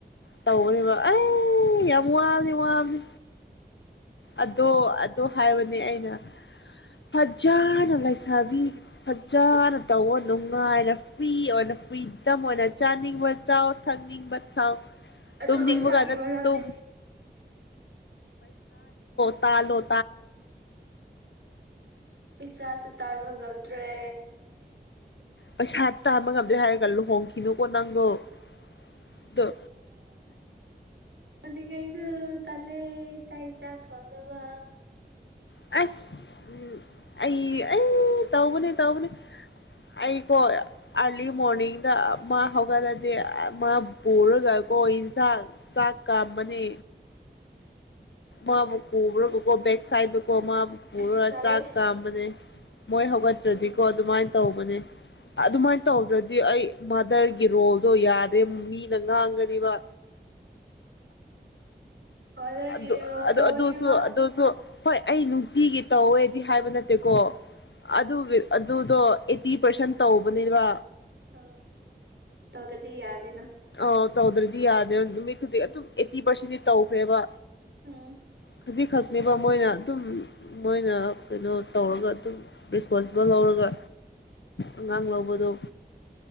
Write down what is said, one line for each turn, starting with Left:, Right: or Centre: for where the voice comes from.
Left: ꯇꯧꯕꯅꯦꯕ ꯑꯩ ꯌꯥꯝ ꯋꯥꯂꯤ ꯋꯥꯂꯤ ꯑꯗꯣ ꯑꯗꯣ ꯍꯥꯏꯕꯅꯦ ꯑꯩꯅ ꯐꯖꯅꯥꯏ ꯁꯕꯤ ꯆꯖꯔ ꯇꯋ ꯅꯨꯡꯉꯥꯏꯔ ꯐꯔꯤ ꯑꯣꯏꯅ ꯐꯔꯤꯗꯝ ꯑꯣꯏꯅ ꯆꯥꯅꯤꯡꯕ ꯆꯥꯎ ꯊꯛꯅꯤꯡꯕ ꯊꯛ
Right: ꯑꯗꯨꯕꯨ
Left: ꯇꯨꯝꯅꯤꯡꯕ
Right: ꯏꯁꯥꯒꯤ
Left: ꯀꯥꯟꯗ
Right: ꯃꯔꯝꯗꯤ
Left: ꯇꯨꯝ ꯇꯥ ꯂꯣ
Right: ꯄꯩꯁꯥꯥꯁ ꯇꯥ ꯉꯇ꯭ꯔꯦ
Left: ꯄꯩꯁꯥ ꯇꯥꯕ ꯉꯝꯗ꯭ꯔꯦ ꯍꯥꯏꯔꯒ ꯂꯨꯍꯣꯡꯈꯤꯅꯨ ꯀꯣꯟ ꯅꯣꯗ
Right: ꯍꯣꯅꯤꯡꯉꯩꯁꯨ ꯇꯥꯜꯂꯦ ꯆꯥꯛ ꯏꯟꯁꯥꯡ ꯊꯣꯡꯅꯕ
Left: ꯑꯁ ꯑꯩ ꯑꯩ ꯇꯧꯕꯅꯤ ꯇꯧꯕꯅꯤ ꯑꯩꯀꯣ ꯑꯥꯔꯂꯤ ꯃꯣꯔꯅꯤꯡꯗ ꯃꯥ ꯍꯧꯒꯠꯂꯗꯤ ꯃꯥ ꯄꯨꯔꯒꯀꯣ ꯏꯟꯁꯥꯡ ꯆꯥꯛ ꯀꯥꯝꯕꯅꯤ ꯃꯥꯕꯨ ꯄꯨꯕ꯭ꯔꯕꯨꯀꯣ ꯕꯦꯛ ꯁꯥꯏꯗ ꯀꯣꯃꯥꯕꯨ ꯄꯨꯔꯥ
Right: ꯑꯁ ꯇꯜꯂꯦ
Left: ꯆꯥꯛ ꯀꯥꯝꯕꯅꯦ ꯃꯣꯏ ꯍꯒꯇ꯭ꯔꯗꯤꯀꯣ
Right: ꯇꯜꯂꯦ
Left: ꯑꯗꯨꯃꯥꯏ ꯇꯧꯕꯅꯦ ꯑꯗꯨꯃꯥꯏꯅ ꯇꯧꯗ꯭ꯔꯗꯤ ꯑꯩ ꯃꯥꯗꯔꯒꯤ ꯔꯣꯜꯗꯣ ꯌꯥꯗ ꯑ ꯃꯤ ꯅꯪ ꯉꯥꯡꯒꯅꯤꯕ
Right: ꯑꯣꯗꯔꯒꯤ
Left: ꯑꯗꯨ
Right: ꯔꯣꯜ
Left: ꯑ
Right: ꯇꯧꯅꯤꯕ
Left: ꯑꯗꯨꯗꯁꯨ ꯑꯗꯨꯗꯁꯨ ꯍꯣꯏ ꯑꯩ ꯅꯨꯡꯇꯤꯒꯤ ꯇꯧꯋꯦꯗꯤ ꯍꯥꯏꯕ ꯅꯠꯇꯦꯀꯣ ꯑꯗꯨ ꯑꯗꯨꯗꯣ ꯑꯩꯠꯇꯤ ꯄꯥꯔꯁꯦꯟ ꯇꯧꯕꯅꯤꯕ
Right: ꯑ ꯇꯧꯗ꯭ꯔꯗꯤ ꯌꯥꯔꯗꯅ
Left: ꯑ ꯇꯧꯗ꯭ꯔꯗꯤ ꯌꯥꯗꯦ ꯅꯨ ꯃꯤ ꯈꯨꯗꯤꯡ ꯑꯗꯨꯝ ꯑꯩꯠꯇꯤ ꯄꯥꯔꯁꯦꯟꯗꯤ ꯇꯧꯈ꯭ꯔꯦꯕ
Right: ꯎꯝ
Left: ꯈꯖꯤꯛꯈꯛꯅꯦꯕ ꯃꯣꯏꯅ ꯑꯗꯨꯝ ꯃꯣꯏꯅ ꯀꯩꯅꯣ ꯇꯧꯔꯒ ꯑꯗꯨꯝ ꯔꯦꯁꯄꯣꯟꯁꯤꯕꯜ ꯂꯧꯔꯒ ꯑꯉꯥꯡ ꯂꯧꯕꯗꯣ